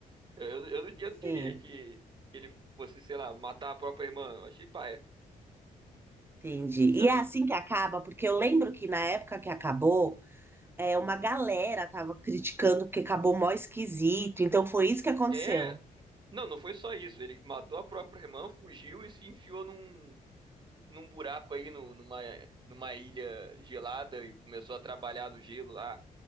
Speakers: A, on the right; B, on the right.
A: Eu, eu, não- eu não queria
B: Sim,
A: que, que ele fosse, sei lá, matar a própria irmã. Eu achei paia,
B: entendi.
A: sinceramente.
B: E é assim que acaba, porque eu lembro que na época que acabou, é, uma galera tava criticando porque acabou mó esquisito. Então foi isso que aconteceu.
A: É, não, não foi só isso. Ele matou a própria irmã, fugiu e se enfiou num, num buraco aí, no, numa, numa ilha gelada e começou a trabalhar no gelo lá.